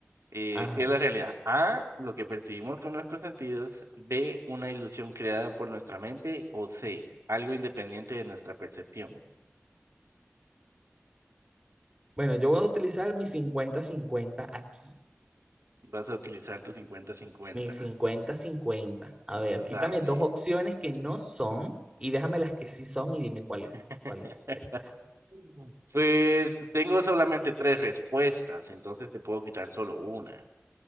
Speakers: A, on the right; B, on the right.
A: Eh,
B: Ajá.
A: ¿qué es la realidad? A, lo que percibimos con nuestros sentidos. B, una ilusión creada por nuestra mente. O C, algo independiente de nuestra percepción.
B: Bueno, yo voy a utilizar mi cincuenta cincuenta aquí.
A: Vas a utilizar tu cincuenta cincuenta
B: Mi cincuenta cincuenta. A ver, quítame
A: Dale.
B: dos opciones que no son y déjame las que sí son y dime cuáles,
A: <laughs>
B: cuáles están.
A: Mm. Pues tengo solamente tres respuestas, entonces te puedo quitar solo una.